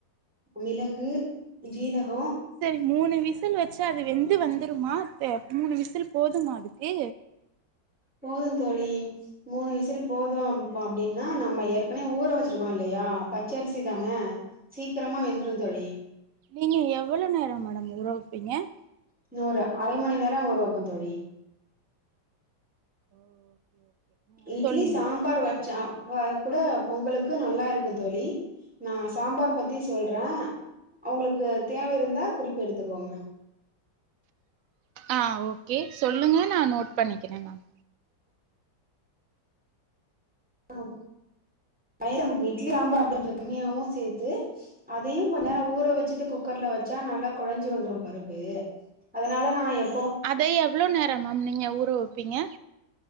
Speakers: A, in the centre; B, on the right.
A: மிளகு ஜீரகம்
B: சரி மூணு விசில் வச்சு அது வெந்து வந்துருமா மூணு விசில் போதுமா அதுக்கு
A: போதும் தோழி மூணு விசில் போதும் அப்படின்னா நம்ம ஏற்கனவே ஊற வச்சிருக்கோம் இல்லையா பச்சரிசி தானே சீக்கிரமா வெந்துரும் தோழி
B: நீங்க எவ்வளவு நேரம் மேடம் உற பிங்க
A: இன்னும் ஒரு அரை மணி நேரம் ஊறவைப்பேன் தோழி
B: ஓ ஓகே ஓகே ஆ
A: இட்லி
B: சொல்லுங்க
A: சாம்பார் வச்சா ஓ அது கூட பொங்கலுக்கு நல்லா இருக்கும் தோழி நான் சாம்பார் பத்தி சொல்றேன் அவங்களுக்கு தேவை இருந்தா குறிப்பு எடுத்துக்கோங்க
B: ஆஹ் ஓகே சொல்லுங்க நான் நோட் பண்ணிக்கிறேன் மேம்
A: ஆஹ பைரம் இட்லி சாம்பார் கொஞ்சம் கம்மியாவும் சேர்த்து அதையும் கொஞ்ச நேரம் ஊற வச்சுட்டு குக்கர்ல வச்சா நல்லா குழஞ்சி வந்துரும் பருப்பு அதனால நான் எ
B: அதே எவ்வளவு நேரம் மேம் நீங்க ஊர வைப்பீங்க